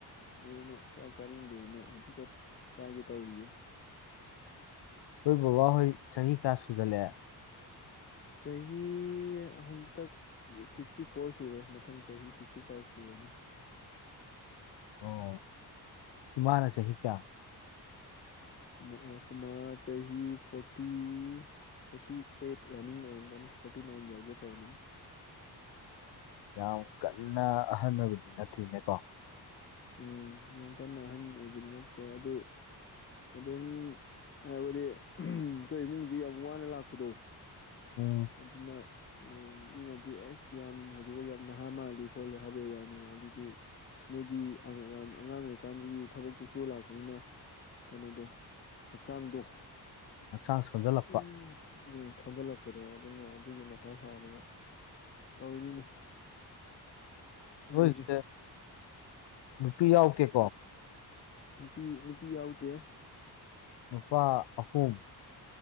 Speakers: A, on the left; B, on the left.
A: ꯑꯗꯨꯅ ꯆꯥꯛ ꯆꯥꯅꯤꯡꯗꯦꯅ ꯍꯧꯖꯤꯛꯇ ꯆꯥꯒꯦ ꯇꯧꯔꯤꯌꯦ
B: ꯍꯣꯏ ꯕꯕꯥ ꯍꯣꯏ ꯆꯍꯤ ꯀꯌꯥ ꯁꯨꯖꯜꯂꯛ ꯑ‌ꯦ
A: ꯆꯍꯤ ꯍꯟꯇꯛ ꯐꯤꯐꯇꯤ ꯐꯣꯔꯚ ꯁꯨꯔꯦ ꯃꯊꯪ ꯆꯍꯤ ꯐꯤꯐꯇꯤ ꯐꯥꯏꯚ ꯁꯨꯔꯅꯤ
B: ꯑꯣ ꯏꯃꯅ ꯆꯍꯤꯍꯤ ꯀꯌꯥ
A: ꯑꯩꯈꫭꯏꯃꯥ ꯆꯍꯤꯍꯤ ꯐꯣꯔꯇꯤ ꯐꯣꯔꯇꯤ ꯑꯩꯠ ꯔꯟꯅꯤꯡ ꯑꯣꯏꯔꯝꯒꯅꯤ ꯐꯣꯔꯇꯤ ꯅꯥꯏꯟ ꯌꯧꯒꯦ ꯇꯧꯔꯝꯃꯅꯤ
B: ꯌꯥꯝ ꯀꯟꯅ ꯑꯍꯟꯅꯕꯗꯤ ꯅꯠꯇꯦꯅꯦꯀꯣ
A: ꯎꯝ ꯌꯥꯝꯨ ꯀꯟꯅ ꯑꯍꯟ ꯑꯣꯏꯕꯗꯤ ꯅꯠꯇ꯭ꯔꯦ ꯑꯗꯨ ꯑꯗꯨꯝ ꯍꯥꯏꯕꯗꯤ ꯑꯩꯈꯣꯏ ꯏꯃꯨꯡꯁꯤ ꯌꯥꯝ ꯋꯥꯅ ꯂꯥꯛꯄꯗꯣ
B: ꯎ
A: ꯑꯇꯅ ꯎꯝ ꯃꯤꯅꯗꯤ ꯑꯁ ꯌꯥꯝ ꯍꯧꯖꯤꯛꯐꯥꯎ ꯌꯥꯝ ꯅꯍꯥ ꯃꯥꯜꯂꯤ ꯈꯣꯂꯤ ꯍꯥꯏꯕꯩ ꯋꯥꯅꯤ ꯑꯗꯨꯁꯨ ꯃꯣꯏꯗꯤ ꯌꯥꯝ ꯑꯉꯥꯡ ꯑꯣꯏꯔꯤꯀꯥꯟꯗꯒꯤ ꯊꯕꯛꯇꯨ ꯁꯨꯔ ꯂꯥꯛꯄꯅꯤꯅ ꯀꯩꯅꯣꯗꯣ ꯍꯛꯆꯥꯡꯗꯣ
B: ꯍꯛꯆꯥꯡ ꯁꯣꯟꯖꯜꯂꯛꯄ
A: ꯎꯝ ꯎꯝ ꯊꯟꯗꯂꯛ ꯑꯗꯨꯅ ꯑꯗꯨꯒꯤ ꯃꯊꯥ ꯁꯥꯗꯨꯅ ꯇꯧꯔꯤꯅꯤꯅꯦ
B: ꯅꯣꯏꯁꯦ
A: ꯎꯖ
B: ꯅꯨꯄꯤ ꯌꯥꯎꯀꯦꯀꯣ
A: ꯅꯨꯄꯤ ꯅꯨꯄꯤ ꯌꯥꯎꯗꯦ
B: ꯅꯨꯄꯥ ꯑꯍꯨꯝ